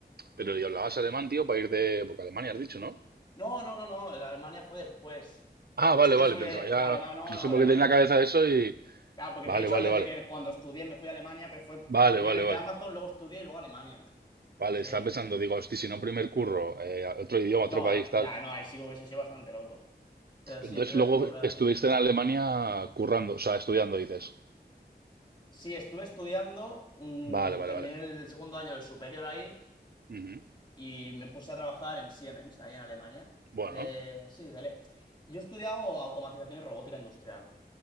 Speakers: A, on the right; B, on the left.
A: Pero y hablabas alemán, tío, para ir de... Porque Alemania has dicho, ¿no?
B: No, no, no, no, la Alemania fue después.
A: Ah,
B: Este
A: vale, vale.
B: fue,
A: Pensaba ya...
B: claro, claro, no,
A: No
B: no,
A: sé
B: Alemania
A: por qué tenía en la cabeza eso y...
B: Claro, porque
A: Vale,
B: te he dicho
A: vale,
B: antes
A: vale.
B: de que cuando estudié me fui a Alemania, pero fue
A: Vale,
B: primero
A: vale,
B: hice
A: vale.
B: Amazon, luego estudié y luego Alemania.
A: Vale,
B: Sí.
A: estaba pensando, digo, hosti, si no, primer curro, eh, otro idioma,
B: No,
A: otro país, tal.
B: ya, no, ahí sí que hubiese sido bastante loco. Pero sí,
A: Entonces
B: primer
A: luego
B: curro ahí.
A: estuviste en Alemania currando, o sea, estudiando, dices.
B: Sí, estuve estudiando, un-
A: Vale, vale,
B: terminé
A: vale.
B: el segundo año del superior ahí
A: Ujú.
B: y me puse a trabajar en Siemens, ahí en Alemania.
A: Bueno,
B: De, sí, de, le- yo he estudiado automatización y robótica industrial.